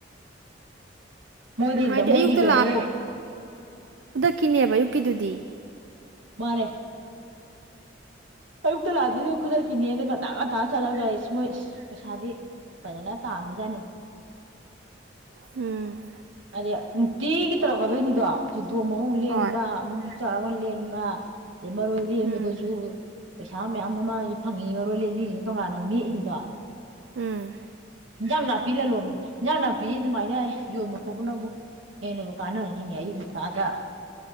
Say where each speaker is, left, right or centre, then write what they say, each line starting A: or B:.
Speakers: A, on the right (about 80°); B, on the right (about 70°).
A: ꯃꯣꯗꯗ
B: ꯍꯥꯏꯗꯤ ꯑꯌꯨꯛꯇ
A: ꯃꯣꯗꯤꯒ ꯍꯨ
B: ꯀꯤꯅꯦꯕ ꯌꯨ ꯄꯄꯤꯗꯨꯗꯤ
A: ꯃꯥꯔꯦ ꯑꯌꯛꯇ ꯂꯥꯛꯗꯗꯤꯈꯣꯏꯗ ꯏꯅꯦ ꯑꯗꯨꯒꯤ ꯉꯟꯥꯡ ꯉꯟ ꯆꯠꯂꯒ ꯑꯩꯁ ꯃꯣꯏ ꯄꯩꯁꯥꯗꯤ ꯐꯖꯅ ꯇꯖꯅꯤ
B: ꯎꯝ
A: ꯑꯦ ꯅꯨꯡꯇꯤꯒꯤ ꯇꯧꯔꯛꯀꯗꯣꯏꯅꯤꯗꯣ ꯣ ꯃꯑꯣꯡ ꯂꯦꯟꯕ
B: ꯍꯣꯏ
A: ꯆꯃꯂꯅꯃ ꯂꯩꯃꯔ ꯑꯣꯏꯣꯏꯗꯁꯨ
B: ꯎꯝ
A: ꯄꯩꯁꯥ ꯃꯌꯥꯝ ꯑꯃꯁꯨ ꯐꯪꯉꯤ ꯃꯔꯣꯏꯂꯦꯟꯒꯤꯁꯤꯁꯨ ꯇꯣꯉꯥꯟꯅ ꯑꯃꯨꯛ ꯅꯦꯛꯏꯅꯤꯗꯣ
B: ꯎꯝ
A: ꯏꯟꯖꯥꯡ ꯅꯥꯄꯤ ꯂꯂꯣꯟꯕ ꯏꯟꯖꯥꯡ ꯅꯥꯄꯤꯁꯤ ꯑꯗꯨꯃꯥꯏꯅ ꯌꯣꯟꯕ ꯈꯣꯠꯄꯅꯕꯨ ꯍꯦꯟꯅꯕꯨ ꯀꯥꯟꯅꯔꯅꯤꯅꯦ ꯑꯌꯨꯛ ꯉꯟꯇꯥꯗ